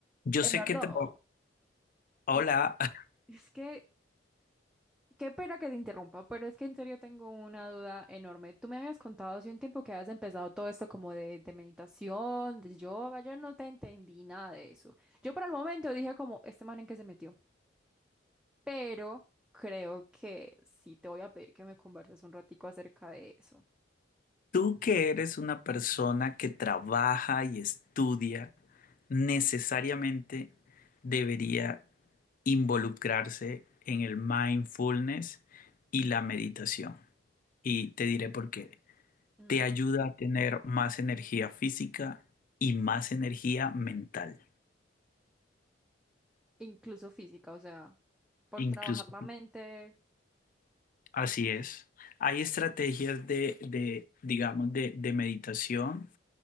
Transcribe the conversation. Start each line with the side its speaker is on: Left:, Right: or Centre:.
Left: Yo
Centre: Eduardo,
Left: sé que, tra- hola,
Centre: eh,
Left: <laughs>
Centre: es que qué pena que te interrumpa, pero es que en serio tengo una duda enorme. Tú me habías contado hace un tiempo que habías empezado todo esto como de, de meditación, de yoga, yo no te entendí nada de eso. Yo por el momento dije como, este man en qué se metió, pero creo que sí te voy a pedir que me converses un ratico acerca de eso.
Left: tú que eres una persona que trabaja y estudia, necesariamente debería involucrarse en el mindfulness y la meditación. Y te diré por qué.
Centre: Ujú.
Left: Te ayuda a tener más energía física y más energía mental.
Centre: Incluso física, o sea, por
Left: Incluso,
Centre: trabajar la
Left: sí,
Centre: mente.
Left: así es. Hay estrategias de, de, digamos, de, de meditación